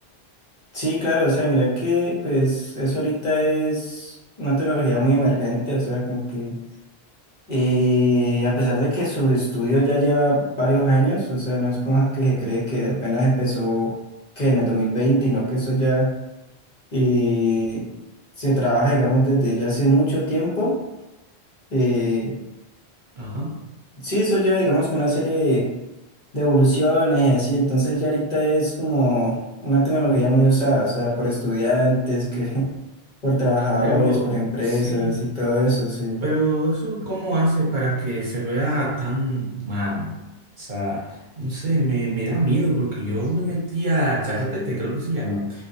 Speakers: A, on the left; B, on the right.
A: Sí, claro, o sea, mira que pues eso ahorita es una tecnología muy emergente, o sea, como que eh, a pesar de que su estudio ya lleva varios años, o sea, no es como que se cree que apenas empezó que en el 2020, sino que eso ya eh, se trabaja, digamos, desde ya hace mucho tiempo. Eh,
B: Ajá.
A: sí, eso lleva, digamos, que una serie de evoluciones y así. Entonces ya ahorita es como una tecnología muy usada, o sea, por estudiantes, que <laughs> por trabajadores,
B: Pero
A: por empresas
B: sí.
A: y todo eso, sí.
B: Pero eso, ¿cómo hace para que se vea tan humano? O sea, no sé, me, me da miedo porque yo me metí a ChatGPT, creo que se llama.